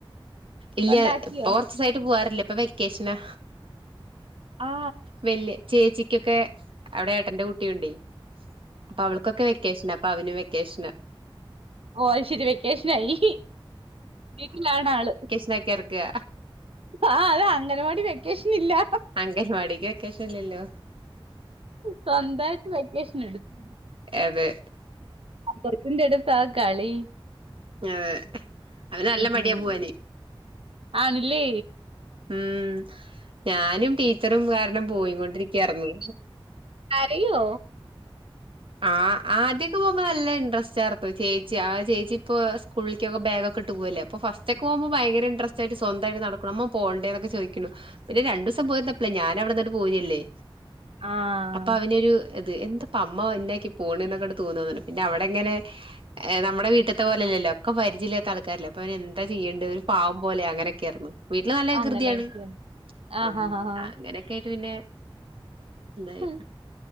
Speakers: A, on the right; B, on the right.
A: ഇല്ല.
B: കൊണ്ടാക്കിയോ
A: ഇപ്പൊ കൊർചീസായിട്ട് പോവാറില്ല ഇപ്പ വെക്കേഷനാ.
B: ആ
A: വെല്യ ചേച്ചിക്കൊക്കെ അവടെ ഏട്ടന്റെ കുട്ടിയുണ്ടേ. അപ്പവൾക്കൊക്കെ വെക്കേഷനാ അപ്പൊ അവനും വെക്കേഷനാ.
B: ഓഹ് അത് ശരി വെക്കേഷനായി. വീട്ടിലാണ് ആള്.
A: ന്നെക്കെർക്കാ.
B: ആഹ് അത അംഗനവാടി വെക്കേഷനില്ലാ.
A: പരിവാടിക്ക് വെക്കേഷെല്ലല്ലോ.
B: സ്വന്തായിട്ട് വെക്കേഷൻ എടുത്തു.
A: അതെ.
B: പോതിന്റെ ടുത്താ കളി
A: ഞ് അതെ അവന് നല്ല
B: ഉം
A: മടിയാ
B: ഉം
A: പോവാന്
B: ആണ് ല്ലേ.
A: ഉം ഞാനും ടീച്ചറും കാരണം പോയികൊണ്ടിരിക്ക്യാർന്നു.
B: കരയോ
A: ആഹ്. ആദ്യൊക്കെ പോകുമ്പോ നല്ല ഇൻട്രസ്റ്റ് ആർപ്പ് ചേച്ചി ആ ചേച്ചി ഇപ്പോ സ്കൂളിക്കൊക്കെ ബേഗൊക്കെ ഇട്ട് പോവല്ലേ അപ്പോ ഫസ്റ്റ് ഒക്കെ പോകുമ്പം ഭയങ്കര ഇൻഡ്രസ്റ്റ് ആയിട്ട് സ്വ ന്തായിട്ട് നടക്കണം അമ്മ പോണ്ടേ ന്നൊക്കെ ചോയിക്കുണു. പിന്നെ രണ്ടൂസം പോയി വന്നപ്പ്ളേ ഞാനവിടന്നിട്ന്ന്ങ്ങട്ട് പോരല്ലേ.
B: ആഹ്
A: അപ്പവനൊരു ഇത് എന്ത പ്പ അമ് മ വര്നേക്ക് പോണ്ന്നൊക്കാണ്ട് തോന്നാന്നർഞ്. പിന്നെഅവിടെ ങ്ങനെ നമ്മുടെ വീ ട്ട്ത്തെ പോലല്ലല്ലൊ ഒക്ക പരിചയില്ലാത്ത ആൾക്കാരല്ല അപ്പപിന്നെ എന്താ ചെയ്യണ്ട് ഒരു പാവം പോലെ അങ്ങനൊക്കെയാർന്നു. വീട്ടില് നല്ല വികൃതിയാണ്.
B: അങ്ങനെയൊക്കെയ ആഹ്
A: അം
B: ആഹ് ആഹ്
A: അങ്ങനെയൊക്കെ ആയിട്ട് പിന്നെ ഇതായി.
B: ഉം